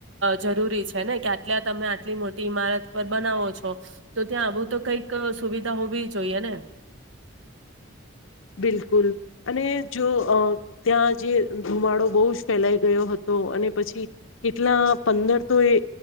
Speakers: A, on the right; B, on the left.
A: જરૂરી છેને, કે આટલા તમે આટલી મોટી ઈમારત, પર બનાવો છો. તો ત્યાં આવું, તો કઈક સુવિધા હોવી, જોઈએ ને
B: બિલકુલ, અને જો અ ત્યાં જે ધુમાડો બહુજ ફેલાઈ ગયો, હતો. તો અને પછી કેટલા, પંદર તો એ